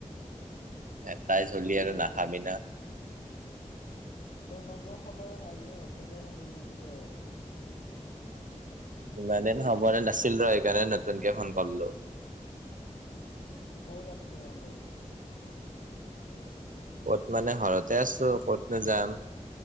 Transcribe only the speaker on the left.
অ
তই ইমানটো খবৰ আজি নতুনকে শংকুল দেখিছ
কত আছিলি ইমান দিন